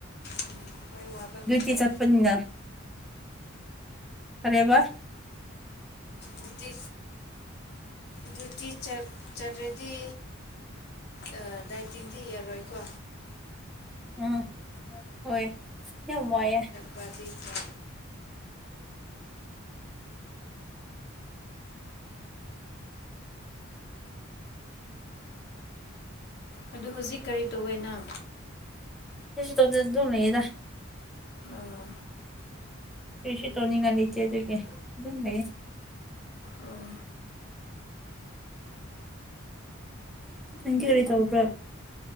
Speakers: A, on the left (about 50°); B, in the centre.
A: ꯎꯝ ꯍꯣꯏ ꯋꯥꯕ
B: ꯗꯨꯏꯇꯤ
A: ꯃꯥꯜꯂꯦ
B: ꯆꯠꯄꯅꯤꯅ ꯑꯔꯦꯕꯥ
A: ꯗꯨꯇꯤ ꯗꯨꯇꯤ ꯆꯞ ꯆꯠꯔꯗꯤ ꯑ ꯗꯥꯏꯇꯤꯡꯗꯤ ꯌꯥꯔꯣꯏꯀꯣ
B: ꯎꯝ ꯍꯣꯏ ꯌꯥꯝ ꯋꯥꯌꯦ
A: ꯄꯥꯗꯤ ꯄꯥ ꯑꯗꯨ ꯍꯧꯖꯤꯛ ꯀꯔꯤ ꯇꯧꯋꯦ ꯅꯪ
B: ꯀꯩꯁꯨ ꯇꯧꯗꯦ ꯗꯨꯝ ꯂꯩꯥꯌꯦꯗ
A: ꯑꯣ
B: ꯀꯔꯤꯁꯨ ꯇꯧꯅꯤꯡꯉꯥꯏ ꯂꯩꯇꯦ ꯑꯗꯨꯒꯤ ꯑꯗꯨꯝ ꯂꯩꯌꯦ
A: ꯑꯣ
B: ꯅꯪꯗꯤ ꯑꯔꯤ ꯇꯧꯕ꯭ꯔꯥ